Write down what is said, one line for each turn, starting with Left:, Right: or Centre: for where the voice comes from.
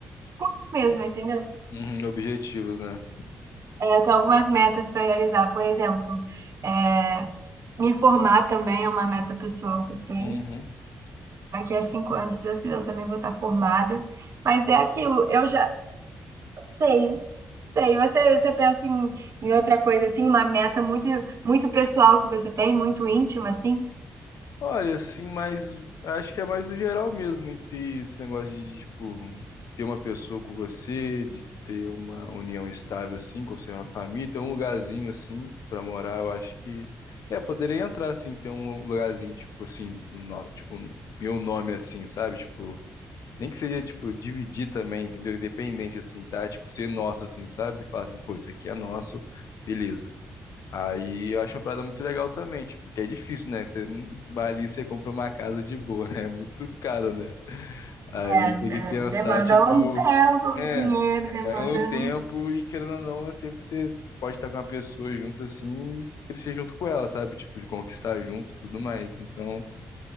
Right: comigo mesma, entendeu?
Left: Uhum. Objetivos, né?
Right: É, eu tenho algumas metas para realizar, por exemplo, é, me formar também é uma meta pessoal que eu tenho.
Left: Uhum.
Right: Daqui a cinco anos, se Deus quiser, eu também vou estar formada. Mas é aquilo, eu já Sei, sei. Você, você pensa em, em outra coisa, assim, uma meta muito, muito pessoal que você tem, muito íntima, assim?
Left: Olha, assim, mas acho que é mais do geral mesmo, entre esse negócio de, tipo, ter uma pessoa com você, de ter uma união estável, assim, com você, uma família, ter um lugarzinho, assim, pra morar, eu acho que. É, poderia entrar, assim, ter um lugarzinho, tipo, assim, no- tipo, meu nome, assim, sabe? Tipo. Nem que seja, tipo, dividir também, entendeu? Independente, assim, tá? Tipo, ser nosso, assim, sabe? Falar assim, pô, isso aqui é nosso, beleza. Aí eu acho uma parada muito legal também, tipo, porque é difícil, né? Você não vai ali e você compra uma casa de boa, <laughs> né? É muito caro, né? Aí
Right: É,
Left: você tem que
Right: é,
Left: pensar,
Right: demanda
Left: tipo,
Right: um tempo, um
Left: é,
Right: dinheiro, demanda
Left: vai o tempo
Right: um...
Left: e querendo ou não, é o tempo que você pode estar com uma pessoa junto, assim, e crescer junto com ela, sabe? Tipo, de conquistar junto, tudo mais. Então.